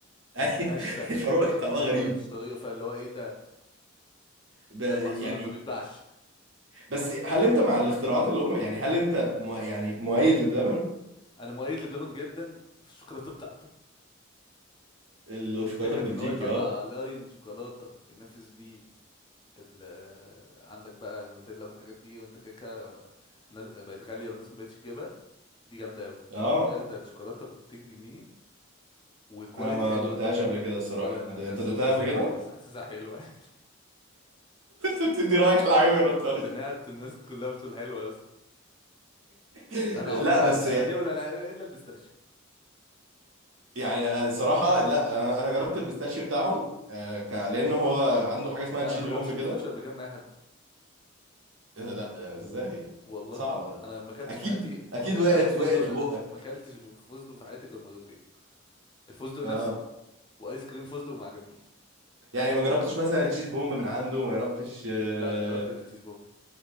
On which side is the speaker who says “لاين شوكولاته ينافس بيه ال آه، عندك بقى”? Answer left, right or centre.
Left